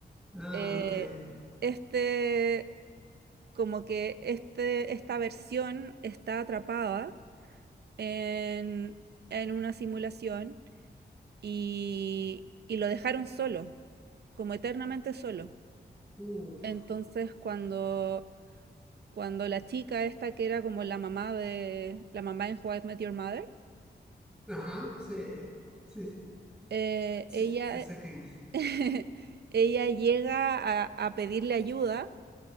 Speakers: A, in the centre; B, on the right (about 70°).
A: Ah,
B: eh,
A: ok.
B: este, como que este, esta versión está atrapada en, en una simulación y, y lo dejaron solo, como eternamente solo.
A: Uf.
B: Entonces, cuando, cuando la chica esta que era como la mamá de, la mamá en How I Met Your Mother,
A: Ajá, sí. Sí,
B: eh,
A: sí,
B: ella,
A: sí sé quién es.
B: <laughs> ella llega a, a pedirle ayuda